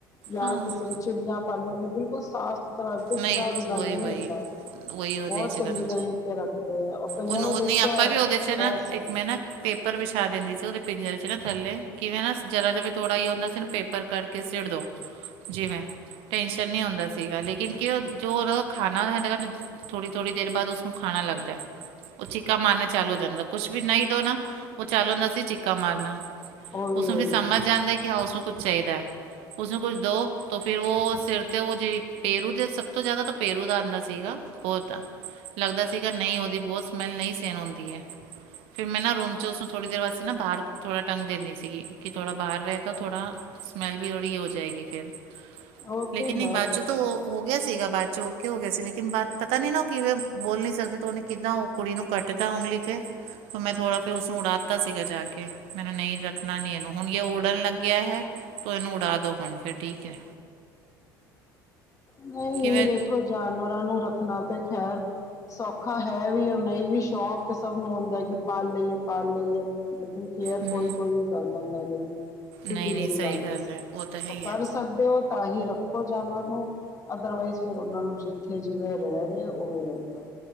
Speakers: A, on the left (about 30°); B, on the right (about 55°).
A: ਜਾਂ
B: ਹਾਂ
A: ਕਿਸੇ ਨੇ ਚਿੜੀਆਂ ਪਾਲੀਆਂ ਹੁੰਦੀ ਬਿਲਕੁਲ ਸਾਫ਼ ਸੁਥਰਾ
B: ਨਹੀਂ
A: ਜਰਾ ਵੀ ਗੰਦ
B: ਵਹੀ
A: ਨਈ
B: ਵਹੀ
A: ਹੁੰਦਾ।
B: ਉਹੀ ਉਹਦੇ
A: ਬਹੁਤ
B: 'ਚ
A: ਚੰਗੀ
B: ਕਰਨਾ
A: ਤਰੀਕੇ ਰੱਖਦੇ ਆ, ਔਰ ਕਈਆਂ
B: ਉਹਨੂੰ
A: ਨੂੰ
B: ਉਹਨੇ
A: ਦੇਖਿਆ
B: ਆਪਾਂ
A: ਐ
B: ਵੀ ਉਹਦੇ 'ਚ
A: ਬਹੁਤ
B: ਨਾ ਇੱਕ ਮੈਂ ਨਾ ਪੇਪਰ ਵਿਛਾ ਦਿੰਦੀ ਸੀ, ਉਹਦੇ ਪਿੰਜਰੇ 'ਚ ਨਾ ਥੱਲੇ ਕਿਵੇਂ ਨਾ ਜਰਾ ਜ ਵੀ ਥੋੜ੍ਹਾ ਈ ਹੁੰਦਾ ਸੀ ਨਾ, ਪੇਪਰ ਕਰਕੇ ਸਿੜ ਦੋ, ਜਿਵੇਂ ਟੈਨਸ਼ਨ ਨੀ ਹੋਂਦਾ ਸੀਗਾ, ਲੇਕਿਨ ਕਿ ਜੋ ਉਹਨਾ ਦਾ ਖਾਣਾ ਹਦਾ, ਥੋੜੀ-ਥੋੜੀ ਦੇਰ ਬਾਅਦ ਉਸਨੂੰ ਖਾਣਾ ਲੱਗਦਾ। ਉਹ ਚੀਕਾ ਮਾਰਨਾ ਚਾਲੂ ਹੋ ਜਾਂਦਾ, ਕੁਛ ਵੀ ਨਹੀਂ ਦ‌ਉ ਨਾ, ਉਹ ਚਾਲੂ ਹੁੰਦਾ ਸੀ ਚੀਕਾ ਮਾਰਨਾ।
A: ਹਾਂਜੀ
B: ਉਸਨੂੰ
A: ਹੋਈ ਹੋਈ
B: ਫਿ ਸਮਝ ਜਾਂਦਾ ਕਿ ਹਾਂ, ਉਸਨੂੰ ਕੁੱਛ ਚਾਹੀਦੈ, ਉਸਨੂੰ ਕੁੱਛ ਦੋ ਤੋ ਫਿਰ ਵੋ ਸਿਰ ਤੇ ਉਹ ਜਿਹੜੀ ਪੇਰੂ ਦੇ, ਸਭ ਤੋਂ ਜਿਆਦਾ ਤਾਂ ਪੇਰੂ ਦਾ ਆਂਦਾ ਸੀਗਾ, ਬਹੁਤ ਲੱਗਦਾ ਸੀਗਾ ਨਹੀਂ, ਉਹਦੀ ਬਹੁਤ ਸਮੈਲ ਨਹੀਂ ਸੇਨ ਹੁੰਦੀ ਐ। ਫਿਰ ਮੈਂ ਨਾ ਰੂਮ 'ਚ ਉਸਨੂੰ ਥੋੜ੍ਹੀ ਦੇਰ ਵਾਸਤੇ ਨਾ, ਬਾਹਰ ਥੋੜਾ ਟੰਗ ਦਿੰਨੀ ਸੀਗੀ, ਕਿ ਥੋੜਾ ਬਾਹਰ ਰਹੇ ਤਾਂ ਥੋੜਾ ਸਮੈਲ ਵੀ ਓੜ੍ਹੀ ਹੋ ਜਾਏਗੀ ਫਿਰ।
A: ਉਹ
B: ਲੇਕਿਨ
A: ਤੇ
B: ਨਹੀਂ
A: ਹੈ,
B: ਬਾਅਦ
A: ਦੇਖੋ
B: ਚੋਂ ਤਾਂ ਉਹ ਹੋ ਗਿਆ ਸੀਗਾ ਬਾਅਦ 'ਚ ਓਕੇ ਹੋ ਗਿਆ ਸੀ, ਲੇਕਿਨ ਬਾਦ ਪਤਾ ਨੀ ਨਾ ਕਿਵੇਂ ਬੋਲ ਨੀ ਸਕਦੇ ਤੇ ਉਹਨੇ ਕਿੱਦਾਂ ਓ ਕੁੜੀ ਨੂੰ ਕੱਟਦਾ ਉਂਗਲੀ ਤੇ ਤੇ ਮੈਂ ਥੋੜ੍ਹਾ ਫਿਰ ਉਸਨੂੰ ਉਡਾ ਤਾ ਸੀਗਾ ਜਾ ਕੇ। ਮੈਂ ਨਹੀਂ ਰੱਖਣਾ ਨੀ ਇਹਨੂੰ ਹੁਣ, ਜੇ ਉੜਨ ਲੱਗਿਆ ਹੈ ਤੋ ਇਹਨੂੰ ਉਡਾ ਦੋ ਹੁਣ ਫੇਰ, ਠੀਕ ਐ।
A: ਨਹੀਂ,
B: ਕਿਵੇਂ
A: ਦੇਖੋ ਜਾਨਵਰਾਂ ਨੂੰ ਰੱਖਣਾ ਤੇ ਖੈਰ ਸੌਖਾ ਹੈ ਵੀ ਐ, ਨਹੀਂ ਵੀ ਸ਼ੌਕ ਤੇ ਸਭ ਨੂੰ ਆਉਂਦਾ ਕਿ ਪਾਲ ਲਈਏ, ਪਾਲ ਲਈਏ, ਲੇਕਿਨ ਕੇਅਰ
B: ਹਮ,
A: ਕੋਈ-ਕੋਈ ਕਰ ਪਾਉਂਦਾ ਬਈ, ਸਿੱਧੀ
B: ਨਹੀਂ
A: ਜਿਹੜੀ
B: ਨਹੀਂ ਸਹੀ
A: ਗੱਲ ਦੱਸਿਆ,
B: ਹੈ ਤਾਂ ਹੈ
A: ਉਹ
B: ਹੀ
A: ਕਰ
B: ਹੈ
A: ਸਕਦੇ ਓ ਤਾਂ ਹੀ ਰੱਖੋ ਜਾਨਵਰ ਨੂੰ ਅਦਰਵਾਈਜ਼ ਫਿਰ ਉਹਨਾ ਨੂੰ ਜਿੱਥੇ ਜਿਵੇਂ ਰਹਿ ਰਹੇ, ਉਵੇਂ ਰਹਿਣ ਦ‌ਉ।